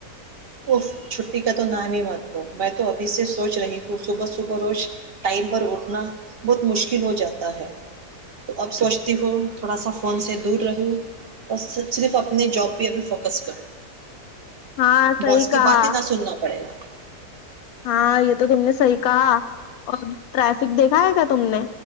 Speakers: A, on the right (about 65°); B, on the left (about 65°).
A: اف چھٹی کا تو نام ہی مت لو میں تو ابھی سے سوچ رہی ہوں صبح صبح روز ٹائم پر اٹھنا بہت مشکل ہو جاتا ہے تو اب سوچتی ہو تھوڑا سا فون سے دور رہو اور صرف اپنے جاب پہ ابھی فوکس کروں
B: ہاں صحیح
A: اور اس کی
B: کہا
A: باتیں نہ سننا پڑے <unintelligible>
B: ہاں یہ تو تم نے صحیح کہا اور ٹریفک دیکھائے گا تم نے